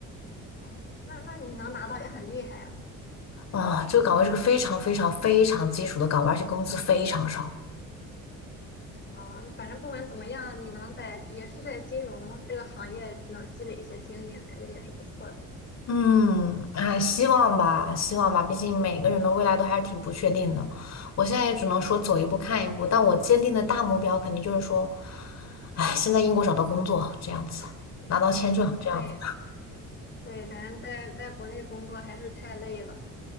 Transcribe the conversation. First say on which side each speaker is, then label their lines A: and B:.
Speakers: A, on the left; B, on the left.
A: 哦，那那你能拿到也很厉害呀。
B: 啊。这个岗位是个非常非常非常基础的岗位，而且工资非常少。
A: 啊，反正不管怎么样，你能在也是在金融这个行业能积累一些经验，感觉也是不错的。
B: 嗯，哎，希望吧，希望吧，毕竟每个人的未来都还是挺不确定的。我现在也只能说走一步看一步，但我坚定的大目标肯定就是说，哎，先在英国找到工作，这样子，拿到签证，
A: 嗯，
B: 这样子。
A: 对对，感觉在在国内工作还是太累了。